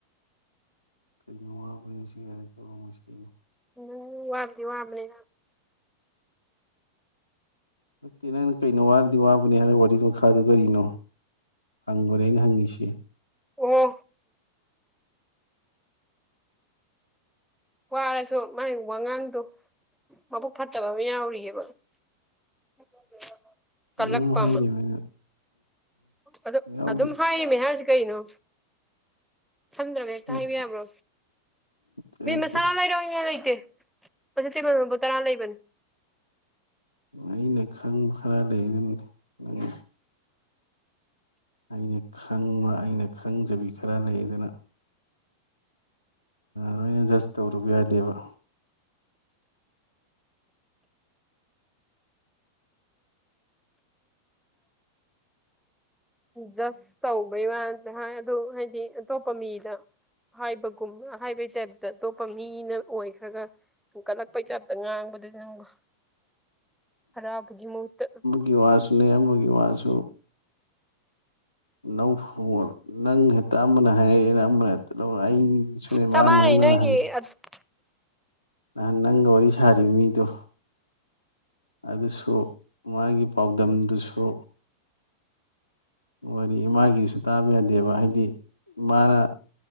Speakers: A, on the left; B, in the centre.
A: ꯀꯩꯅꯣ ꯋꯥꯕꯅꯤ ꯁꯤ ꯀꯥꯏꯔ ꯇꯧꯔꯝꯃꯁꯤ ꯀꯩꯅꯣ
B: ꯎꯝ ꯋꯥꯕꯗꯤ ꯋꯥꯕꯅꯦ
A: ꯅꯠꯇꯦ ꯅꯪꯅ ꯀꯩꯅꯣ ꯋꯥꯔꯗꯤ ꯋꯥꯕꯅꯤ ꯍꯥꯏꯔꯒ ꯋꯥꯔꯤ ꯃꯈꯥꯗꯨ ꯀꯔꯤꯅꯣ ꯍꯪꯕꯅꯦ ꯑꯩꯅ ꯍꯪꯉꯤꯁꯤ
B: ꯑꯣ ꯋꯥꯔꯁꯨ ꯃꯥꯥꯏ ꯋꯥꯉꯥꯡꯗꯣ ꯃꯕꯨꯛ ꯐꯠꯇꯕ ꯑꯃ ꯌꯥꯎꯔꯤꯑꯕ <unintelligible> ꯀꯜꯂꯛꯄ
A: ꯑꯗꯨꯝ ꯍꯥꯏꯔꯤꯕ
B: ꯑꯃ
A: ꯑꯩꯅ
B: ꯑꯗ
A: ꯌꯥꯎꯗꯦ
B: ꯑꯗꯨꯝ ꯍꯥꯏꯔꯤꯃꯦ ꯍꯥꯏꯁꯤ ꯀꯩꯅꯣ ꯈꯟꯗꯅ ꯍꯦꯛꯇ
A: ꯅꯠꯇꯦ
B: ꯍꯥꯏꯕ ꯌꯥꯕ꯭ꯔꯣ
A: ꯅꯠꯇꯦ
B: ꯃꯤ ꯃꯁꯥ ꯂꯩꯔꯣꯏ ꯏ ꯂꯩꯇꯦ ꯄ ꯖ ꯇꯦꯕꯜ ꯔꯄ ꯇꯔꯥ ꯂꯩꯕꯅꯤ
A: ꯑꯩꯅ ꯈꯪꯕ ꯈꯔ ꯂꯩ ꯑꯗꯨꯅꯅꯤ ꯑꯩꯅ ꯈꯪꯕ ꯑꯩꯅ ꯈꯪꯖꯕꯤ ꯈꯔ ꯂꯩ ꯑꯗꯨꯅ ꯂꯣꯏꯅ ꯖꯁ ꯇꯧꯔꯨꯕ ꯌꯥꯗꯦꯕ
B: ꯖꯁ ꯇꯧꯕꯩ ꯋꯥꯇꯤ ꯍꯥꯏ ꯑꯗꯨ ꯍꯥꯏꯗꯤ ꯑꯇꯣꯞꯄ ꯃꯤꯗ ꯍꯥꯏꯕꯒꯨꯝ ꯑ ꯍꯥꯏꯕꯩ ꯇꯥꯏꯞꯇ ꯑꯇꯣꯞꯄ ꯃꯤꯅ ꯑꯣꯏꯈ꯭ꯔꯒ ꯀꯠꯂꯛꯄꯩ ꯇꯥꯏꯞꯇ ꯉꯥꯡꯕꯗꯨꯅ ꯅꯪꯕꯨ ꯈꯔꯞꯒꯤ ꯃꯨꯛꯇ
A: ꯒꯤ ꯋꯥꯁꯨꯅꯦ ꯑꯃꯒꯤ ꯋꯥꯁꯨ ꯅꯧꯐ ꯋꯜ ꯅꯪ ꯍꯦꯇꯥ ꯑꯃꯅ ꯑ ꯍꯦ ꯅ ꯑꯃꯥꯅ ꯍꯦꯛꯇ ꯂꯧ ꯑꯩ ꯁꯨꯔꯦ
B: ꯆꯞ
A: ꯃꯥꯅ
B: ꯃꯥꯟꯅꯩ
A: ꯍꯪꯅ
B: ꯅꯣꯏꯒꯤ
A: ꯅꯔ
B: ꯑꯦ
A: ꯅꯍꯥꯟ ꯅꯪꯒ ꯋꯥꯔꯤ ꯁꯥꯔꯤꯕ ꯃꯤꯗꯣ ꯑꯗꯨꯁꯨ ꯃꯥꯒꯤ ꯄꯥꯎꯗꯝꯗꯨꯁꯨ ꯋꯥꯔꯤ ꯏꯃꯥꯒꯤꯁꯨ ꯇꯥꯕ ꯌꯥꯗꯦꯕ ꯍꯥꯏꯗꯤ ꯏꯃꯥꯅ